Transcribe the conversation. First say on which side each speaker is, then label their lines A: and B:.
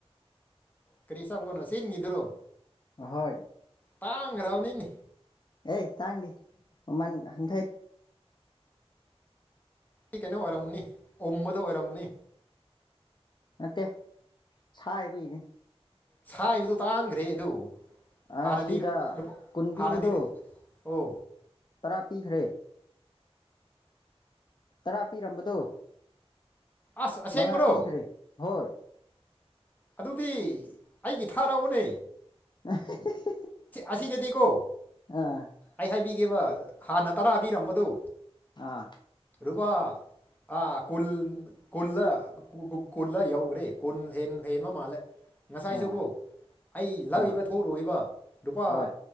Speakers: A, on the left (about 15°); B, on the left (about 45°).
A: ꯀꯔꯤ ꯑꯆꯄꯣꯠꯅꯣ ꯆꯤꯡꯒꯤꯗꯨꯔꯣ
B: ꯑꯍꯣꯏ
A: ꯇꯥꯡꯈ꯭ꯔꯥꯕꯅꯤꯅꯦ
B: ꯑꯦ ꯇꯥꯡꯗꯦ ꯃꯃꯜ ꯍꯟꯊꯩ
A: ꯑꯥ ꯀꯩꯅꯣ ꯑꯣꯏꯔꯝꯒꯅꯤ ꯎꯝꯕꯗꯣ ꯑꯣꯏꯔꯝꯒꯅꯤ
B: ꯅꯠꯇꯦ ꯁꯥꯏꯕꯩꯅꯤ
A: ꯁꯥꯏꯕꯗꯨ ꯇꯥꯡꯈ꯭ꯔꯦ ꯑꯗꯨ
B: ꯑꯁꯤꯗ
A: ꯍꯥꯟꯅꯗꯤ ꯂꯨꯄꯥ
B: ꯀꯨꯟ ꯄꯤꯕꯗꯣ
A: ꯍꯥꯟꯅꯗꯤ ꯑꯣ
B: ꯇꯔꯥ ꯄꯤꯈ꯭ꯔꯦ ꯇꯔꯥ ꯄꯤꯔꯝꯕꯗꯣ
A: ꯑꯁ ꯑꯁꯦꯡꯕꯔꯣ
B: ꯃꯉꯥ ꯄꯤꯈ꯭ꯔꯦ ꯍꯣꯏ
A: ꯑꯗꯨꯗꯤ ꯑꯩꯒꯤ ꯊꯥꯔꯛꯎꯅꯦ
B: ꯑꯥ ꯍꯤꯍꯤꯍꯤ
A: ꯑꯁꯤꯗꯗꯤꯀꯣ
B: ꯑꯥ
A: ꯑꯩ ꯍꯥꯏꯕꯤꯒꯦꯕ ꯍꯥꯟꯅ ꯇꯔꯥꯕꯤꯔꯝꯕꯗꯨ
B: ꯑꯥ
A: ꯂꯨꯄꯥ ꯑꯥ ꯈꯨꯜ ꯈꯨꯜꯂ ꯈꯨꯜꯂ ꯌꯥꯎꯈ꯭ꯔꯦ ꯈꯨꯜ ꯍꯦꯟꯕ ꯃꯥꯂꯦ ꯉꯁꯥꯏꯁꯨꯀꯣ
B: ꯑꯥ
A: ꯑꯩ ꯂꯥꯛꯏꯕ
B: ꯑꯥ
A: ꯊꯣꯛꯔꯨꯏꯕ ꯂꯨꯄꯥ
B: ꯍꯣꯏ